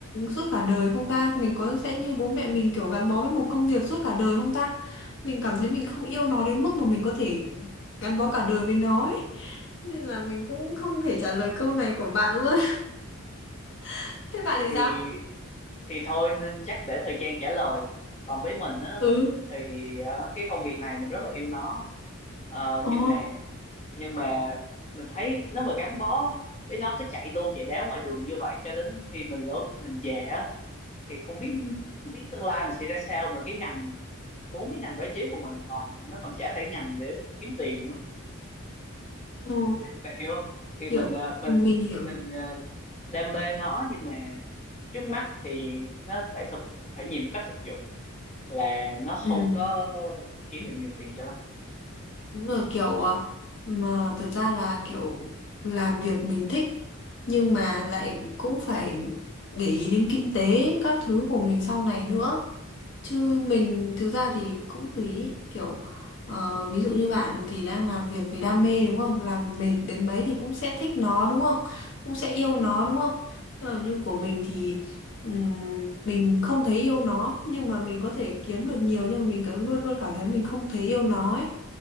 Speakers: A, on the left; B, on the left.
A: suốt cả đời không ta, mình có sẽ như bố mẹ mình kiểu gắn bó với một công việc suốt cả đời không ta, mình cảm thấy mình không yêu nó đến mức mà mình có thể gắn bó cả đời với nó ấy, nên là mình cũng không thể trả lời câu này của bạn luôn, <laughs> thế bạn thì
B: thì
A: sao?
B: thì thôi nên chắc để thời gian trả lời còn với mình á
A: Ừ,
B: thì ờ, cái công việc này mình rất là yêu nó Ờ,
A: ồ,
B: nhưng mà nhưng mà mình thấy nếu mà gắn bó với nó cứ chạy đôn chạy đáo ngoài đường như vậy cho đến khi mình lớn mình già á, thì không biết
A: Ừ.
B: không biết tương lai mình sẽ ra sao mà cái ngành bốn cái ngành báo chí của mình còn nó còn chả phải ngành để kiếm tiền nữa
A: ừ.
B: bạn hiểu không thì
A: kiểu
B: mình ờ, mình
A: ừ, mình hiểu
B: mình ờ, đam mê nó nhưng mà trước mắt thì nó phải thực phải nhìn một cách thực dụng là nó
A: ừ,
B: không có kiếm được nhiều tiền cho lắm
A: đúng rồi kiểu ờ, mà thật ra là kiểu làm việc mình thích nhưng mà lại cũng phải để ý đến kinh tế các thứ của mình sau này nữa Chứ mình thực ra thì cũng tùy ý, kiểu ờ, ví dụ như bạn thì đang làm việc vì đam mê đúng không? Làm mệt đến mấy thì cũng sẽ thích nó đúng không? Cũng sẽ yêu
B: ừ.
A: nó đúng không? Ờ, như của mình thì ừm, mình không thấy yêu nó nhưng mà mình có thể kiếm được nhiều nhưng mà mình cứ luôn luôn cảm thấy mình không thấy yêu nó ấy.